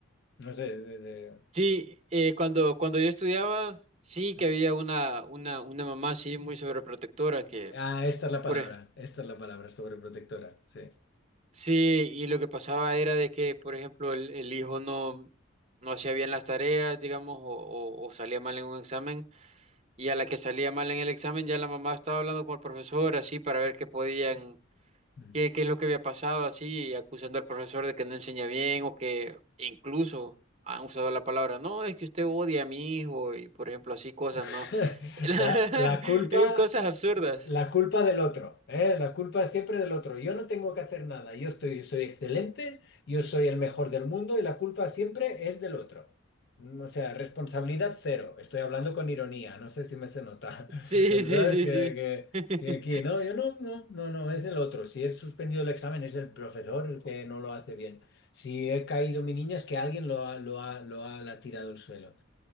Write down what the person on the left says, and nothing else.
No sé, de, de-
sí.
Ah, esta es la palabra,
esta es la palabra, sobreprotectora, sí.
Mm.
<laughs>
La, la culpa.
La culpa del otro, ¿eh? La culpa es siempre del otro. Yo no tengo que hacer nada. Yo estoy, soy excelente, yo soy el mejor del mundo y la culpa siempre es del otro. Mm, O sea, responsabilidad cero. Estoy hablando con ironía, no sé si me se nota. <laughs>
¿Verdad?
Es que,
que-
que aquí, no, yo no, no, no, no, es el otro. Si he suspendido el examen, es el profesor el que no lo hace bien. Si he caído mi niña, es que alguien lo ha, lo ha, lo ha, la ha tirado al suelo.